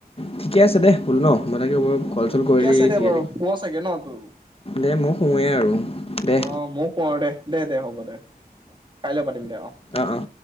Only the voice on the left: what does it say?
ঠিকে আছে দে হলো ন মই লাগে ব
কল চল
কৰিলি
কেলি
দে মোক সোমোৱেই আৰু দে
অঁ অঁ